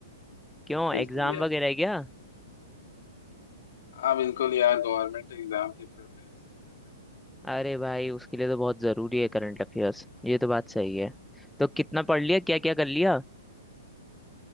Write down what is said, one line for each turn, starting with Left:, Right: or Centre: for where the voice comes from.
Centre: क्यों
Left: हाँ बिल्कुल
Centre: एग्जाम
Left: यार
Centre: वगैरह है क्या
Left: हाँ बिल्कुल यार गवर्नमेंट एग्जाम की प्रिपरेशन कर रहे
Centre: अरे भाई उसके लिए तो बहुत ज़रूरी है करंट अफेयर्स ये तो बात सही है तो कितना पढ़ लिया क्या क्या कर लिया